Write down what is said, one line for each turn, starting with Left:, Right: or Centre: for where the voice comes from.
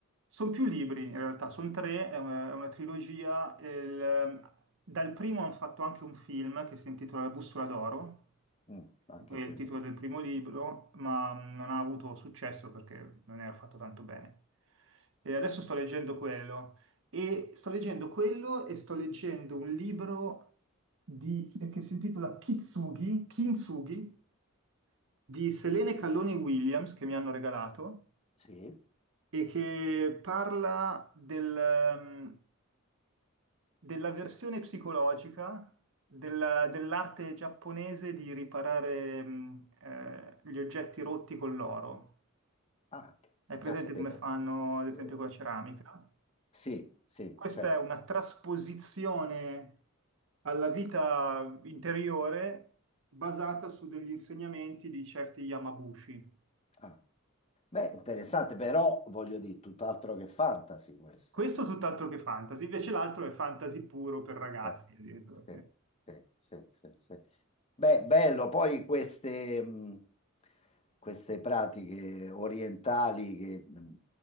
Right: son più libri in realtà, sono tre, è una, è una trilogia. Il- ehm, dal primo hanno fatto anche un film che si intitola La bussola d'oro
Left: Mm, anche
Right: che poi è
Left: quello
Right: il titolo
Left: no.
Right: del primo libro, ma mh, non ha avuto successo perché non era fatto tanto bene. E adesso sto leggendo quello e sto leggendo quello e sto leggendo un libro di- che si intitola Kitsugi, Kintsugi di Selene Calloni Williams che mi hanno regalato
Left: Sì.
Right: e che parla del, mm, della versione psicologica della- dell'arte giapponese di riparare mh, eh, gli oggetti rotti con l'oro.
Left: Ah,
Right: Hai presente
Left: caspita.
Right: come fanno, ad esempio,
Left: Eh,
Right: con la ceramica?
Left: Sì, sì,
Right: Questa
Left: certo.
Right: è una trasposizione alla vita interiore basata su degli insegnamenti di certi Yamabushi.
Left: Ah. Beh, interessante, però voglio dire, tutt'altro che fantasy questo.
Right: Questo tutt'altro che fantasy, invece l'altro è fantasy puro per ragazzi,
Left: Eh,
Right: addirittura.
Left: sì, sì, sì, sì, sì. Beh, bello, poi queste, mh, queste pratiche orientali che mh,